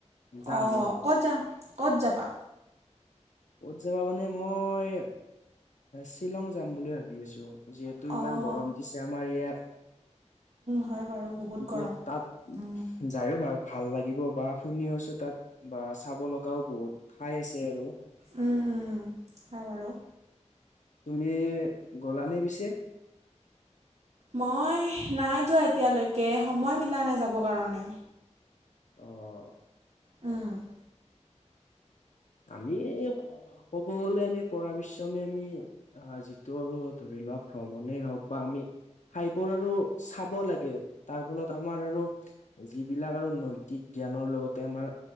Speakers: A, on the left; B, on the right.
A: যামহে,
B: অ', ক'ত যাম ক'ত যাবা?
A: ক'ত যাবা মানে মই শ্বিলং যাম বুলি ভাবি আছো। যিহেতু
B: অঁ
A: ইমান গৰম দিছে আমাৰ ইয়াত।
B: হয় বাৰু বহুত
A: গতিকে
B: গৰম
A: তাত
B: উম
A: যায়ো ভা- ভাল লাগিব বা শুনিও আছো তাত। বা চাব লগাও বহুত ঠাই আছে আৰু।
B: উম', হয় বাৰু
A: তুমি গলানে পিছে?
B: মই নাই যোৱা এতিয়ালৈকে সময় মিলা নাই যাবৰ কাৰণে।
A: অ',
B: উম',
A: আমি ক'ব গলে আমি পৰা বিশ্ৰামি আমি। আ', যিটো আমি ধৰি লোৱা ভ্ৰমণেই হক বা আমি ঠাইবোৰ আৰু। চাব লাগে তাৰ ফলত। আমাৰ আৰু যিবিলাক আৰু নৈতিক জ্ঞান লগতে আমাৰ